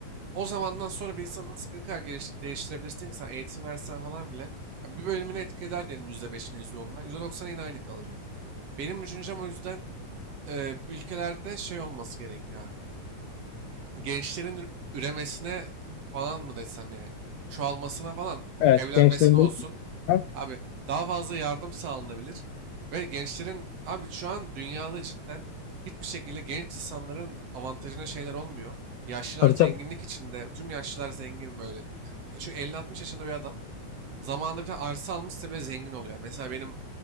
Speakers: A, on the right; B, on the left.
A: O zamandan sonra bir insanı nasıl ne kadar geliş- değiştirebilirsin ki sen eğitim versen falan bile. Ya Bir bölümünü etki eder diyelim %5'ine %10'una. %90'a yine aynı kalacak. Benim düşüncem o yüzden e, ülkelerde şey olması gerekiyor abi. Gençlerin ür- üremesine falan mı desem yani çoğalmasına falan
B: Evet
A: evlenmesine
B: gençlerin
A: olsun
B: de... Ha?
A: Abi daha fazla yardım sağlanabilir. Ve gençlerin abi şu an dünyada cidden hiçbir şekilde genç insanların avantajına şeyler olmuyor. Yaşlılar
B: Tabii
A: zenginlik
B: tabii.
A: içinde. Tüm yaşlılar zengin böyle. Çünkü elli altmış yaşında bir adam Zamanında bir tane arsa almışsa bile zengin oluyor. Yani Mesela benim